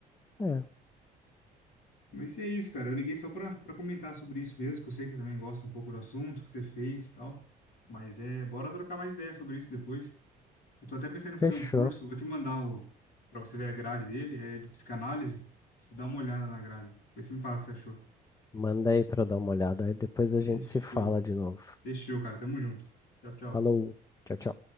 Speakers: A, on the left; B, on the left.
A: É,
B: Mas é isso, cara. Eu liguei só pra, pra comentar sobre isso mesmo, que eu sei que você também gosta um pouco do assunto que você fez e tal. Mas é, bora trocar mais ideias sobre isso depois. Eu tô até pensando em fazer
A: fechou.
B: um curso, vou te mandar o, pra você ver a grade dele, é de psicanálise. Você dá uma olhada na grade. Depois você me fala o que você achou.
A: Manda aí pra eu dar uma olhada. Aí depois a
B: Fechou.
A: gente se fala de novo.
B: Fechou, cara. Tamo junto. Tchau, tchau.
A: Falou, tchau, tchau.